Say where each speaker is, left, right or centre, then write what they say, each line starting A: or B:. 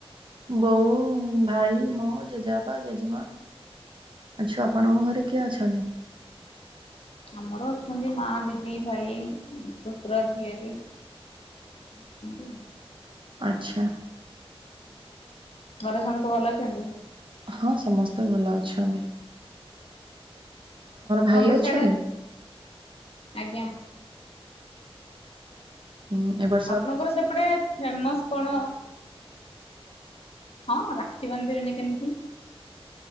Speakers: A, on the right (about 50°); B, on the left (about 70°).
A: ବୋଉ ଭାଇ ମୁଁ ଜେଜେବାପା ଜେଜେମା। ଆଛା ଆପଣଙ୍କ ଘରେ କିଏ ଅଛନ୍ତି?
B: ଆମର ଅଛନ୍ତି ମା ଦିଦି ଭାଇ ପୁତୁରା ଝିଆରି। ଠ
A: ଆଚ୍ଛା।
B: ଘରେ ସମସ୍ତେ ଭଲ ଅଛନ୍ତି।
A: ହଁ ସମସ୍ତେ ଭଲ ଅଛନ୍ତି।
B: ଆପଣଙ୍କର
A: ଭାଇ ଅଛନ୍ତି?
B: ସିଆଡେ ଆଜ୍ଞା।
A: ହୁଁ ଏପ
B: ଆପଣଙ୍କର ସେପଟେ ଫେମସ କଣ? ହଁ ରାକ୍ଷୀ ବାନ୍ଧିବିନି କେମିତି